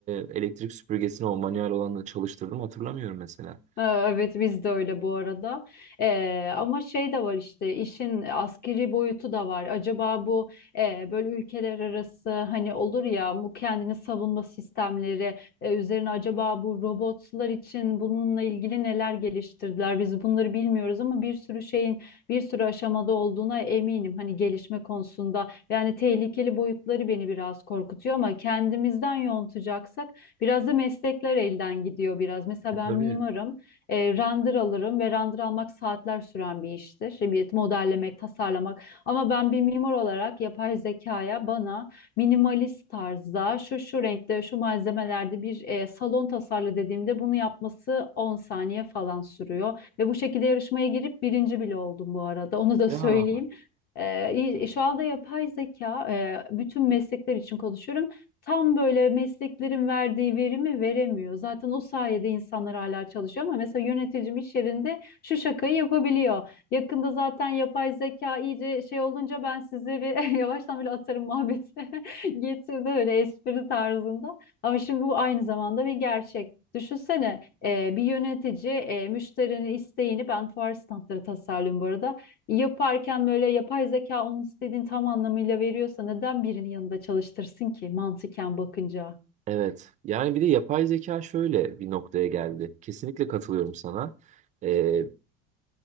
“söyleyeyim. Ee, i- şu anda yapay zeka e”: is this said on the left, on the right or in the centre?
Left